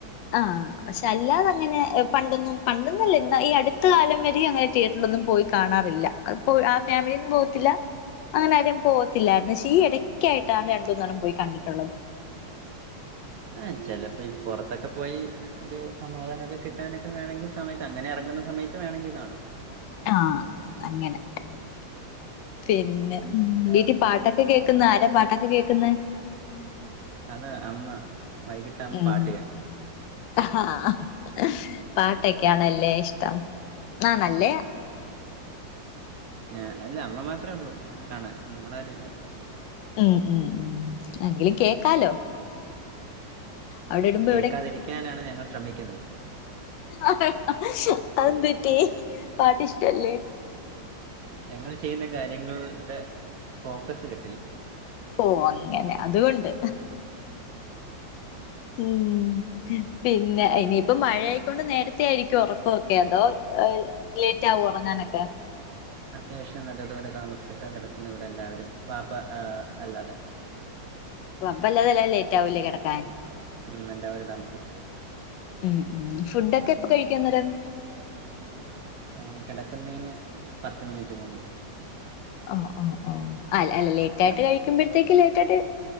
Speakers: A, on the left; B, on the right.
A: ആഹ് പക്ഷെ അല്ലാതെ അങ്ങനെ ഏഹ് പണ്ടൊന്നും പണ്ടന്നില്ല ഇന്ന് ഈ അടുത്ത കാലം വരെ അങ്ങനെ തിയേറ്ററിലൊന്നും പോയി കാണാറില്ല അതിപ്പോ ആഹ് ഫാമിലിയിന്നും പോവത്തില്ല അങ്ങനെ ആരും പോവത്തില്ലായിരുന്നു പക്ഷേ ഈ ഇടയ്ക്കായിട്ടാണ് രണ്ടൂന്നണ്ണം പോയി കണ്ടിട്ടുള്ളത്
B: ആഹ് ചെപ്പോ ഈ പൊറത്തൊക്കെ പോയി ഒരു സമാധാനൊക്കെ കിട്ടാനൊക്കെ വേണങ്കിൽ ഈ സമയത്ത് അങ്ങനെ എറങ്ങുന്ന സമയത്ത് വേണെങ്കിൽ കാണാം
A: ആഹ് അങ്ങനെ പിന്നെ
B: ഇല്ലാതെ
A: വീട്ടിൽ പാട്ടൊ ക്കെ കേക്കുന്നാ ആരാ പാട്ടൊക്കെ കേൾക്ക്ന്നെ
B: അതാ അമ്മ വൈകിട്ട് അമ്മ
A: ഉം
B: പാട്ട് കേ
A: ആഹ് പാട്ടൊക്കെയാണല്ലേ ഇഷ്ടം ആണല്ലേ
B: ആഹ് അല്ല അമ്മ മാത്രമേ ഉള്ളൂ കാണാൻ നമ്മളാരും ഇല്ല
A: ഉം ഉം ഉം എങ്കിലും കേക്കാലോ അവിടെ ഇടുമ്പോ
B: കേൾക്കാതിരിക്കാനാണ് ഞങ്ങൾ ശ്രമിക്കുന്നത്
A: അതെന്തു പറ്റി പാട്ട് ഇഷ്ടല്ലേ
B: ഞങ്ങൾ ചെയ്യുന്ന കാര്യങ്ങൾടെ ഫോക്കസ് കിട്ടില്ല
A: ഓഹ് അങ്ങനെ അതുകൊണ്ട് ഉം പിന്നെ ഇനിയിപ്പ മഴയായിക്കൊണ്ട് നേര ത്തെ ആയിരിക്കോ ഉറക്കൊക്കെ അതോ ഏഹ് ലേറ്റ് ആകോ ഉറങ്ങാനൊക്കെ
B: അത്യാവശ്യം നല്ലതുപോലെ താമസിച്ചിട്ടാ കെടക്കുന്ന ഇവിടെ എല്ലാവരും വാപ്പ ഏഹ് അല്ലാതെ
A: വാപ്പ അല്ലാതെ എല്ലാരും ലേറ്റ് ആവും ല്ലേ കെടക്കാൻ
B: ഉം എല്ലാവും താമസിക്കും
A: ഉം ഉം ഫുടൊക്കെ എപ്പൊ കഴിക്കും അന്നേരം
B: <inaudible> ആഹ് കെടക്കുന്നതിന് പത്ത് മിനിറ്റ് മുമ്പ്
A: ഓഹ് ഓഹ് ഓഹ് അല്ല അല്ല ലേറ്റ് ആയിട്ട്
B: അ
A: കഴി ക്കുമ്പോഴത്തേക്ക് ലേറ്റായിട്ട്